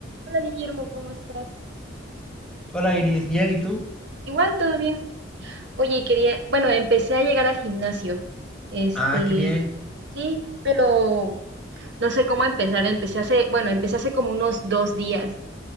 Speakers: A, on the right; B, in the centre.
A: Hola Guillermo, ¿cómo estás?
B: Hola Iris, bien, ¿y tú?
A: Igual, todo bien. Oye, quería, bueno, empecé a llegar al gimnasio. Este,
B: Ah, qué bien.
A: sí, pero no sé cómo empezar. Empecé hace, bueno, empecé hace como unos dos días,